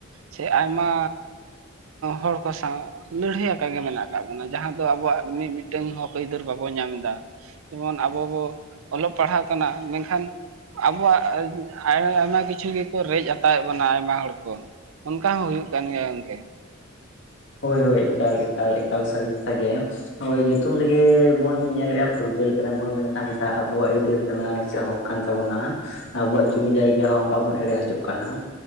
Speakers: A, on the right; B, on the left.
A: ᱥᱮ ᱟᱭᱢᱟ ᱦᱚᱲ ᱠᱚ ᱥᱟᱶ ᱞᱟᱹᱲᱦᱟᱹᱭ ᱟᱠᱟ ᱢᱮᱱᱟᱜ ᱟᱠᱟᱫ ᱵᱚᱱᱟ, ᱡᱟᱦᱟᱸ ᱫᱚ ᱟᱵᱚᱣᱟᱜ ᱢᱤᱫ ᱢᱤᱫ ᱴᱟᱹᱝ ᱦᱚᱠ ᱟᱹᱭᱫᱟᱹᱨ ᱵᱟᱵᱚᱱ ᱧᱟᱢ ᱮᱫᱟ ᱾ ᱡᱮᱢᱚᱱ ᱟᱵᱚ ᱵᱚ ᱚᱞᱚᱜ ᱯᱟᱲᱦᱟᱣ ᱠᱟᱱᱟ ᱢᱮᱱᱠᱷᱟᱱ ᱟᱵᱚᱣᱟᱜ ᱟᱭᱢᱟ ᱠᱤᱪᱷᱩ ᱜᱮᱠᱚ ᱨᱮᱡ ᱦᱟᱛᱟᱣᱮᱫ ᱵᱚᱱᱟ ᱟᱭᱢᱟ ᱦᱚᱲ ᱠᱚ ᱾ ᱚᱱᱠᱟ ᱦᱚᱸ ᱦᱩᱭᱩᱜ ᱠᱟᱱ ᱜᱮᱭᱟ ᱜᱚᱝᱠᱮ ᱾
B: ᱦᱳᱭ ᱦᱳᱭ, ᱮᱠᱟᱞ ᱮᱠᱟᱞ, ᱮᱠᱟᱞ ᱥᱟᱹᱨᱤ ᱠᱟᱛᱷᱟ ᱜᱮ ᱾ ᱦᱳᱭ, ᱧᱩᱛᱩᱢ ᱨᱮᱜᱮ ᱵᱚᱱ ᱧᱮᱞᱮᱜᱼᱟ ᱯᱷᱩᱨᱜᱟᱹᱞ ᱠᱟᱱᱟ ᱵᱚᱱ ᱾ ᱢᱮᱱᱠᱷᱟᱱ ᱡᱟᱦᱟᱸ ᱟᱵᱚᱣᱟᱜ ᱟᱹᱭᱫᱟᱹᱨ ᱠᱟᱱᱟ, ᱥᱮ ᱦᱚᱠ ᱠᱟᱱ ᱛᱟᱵᱚᱱᱟ ᱾ ᱟᱵᱚᱣᱟᱜ ᱡᱚᱢᱤ ᱡᱟᱭᱜᱟ ᱦᱚᱸ ᱚᱱᱠᱟ ᱵᱚᱱ ᱮᱲᱮ ᱦᱚᱪᱚᱜ ᱠᱟᱱᱟ ᱾